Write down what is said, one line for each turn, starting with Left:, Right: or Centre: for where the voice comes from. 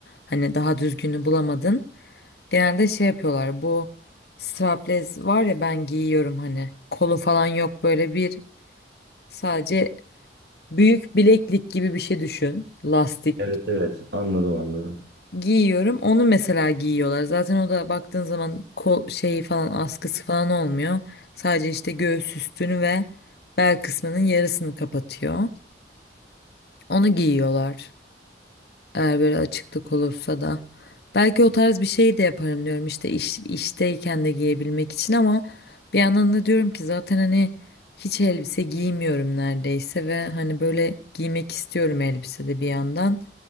Left: hani daha düzgünü bulamadın. Genelde şey yapıyorlar bu strapless var ya ben giyiyorum hani kolu falan yok böyle bir sadece büyük bileklik gibi bir şey düşün lastik
Right: Evet evet anladım anladım.
Left: giyiyorum. Onu mesela giyiyorlar. Zaten o da baktığın zaman kol şeyi falan askısı falan olmuyor. Sadece işte göğüs üstünü ve bel kısmının yarısını kapatıyor. Onu giyiyorlar. Eğer böyle açıklık olursa da. Belki o tarz bir şey de yaparım diyorum işte iş, işteyken de giyebilmek için ama bir yandan da diyorum ki zaten hani hiç elbise giymiyorum neredeyse ve hani böyle giymek istiyorum elbise de bir yandan.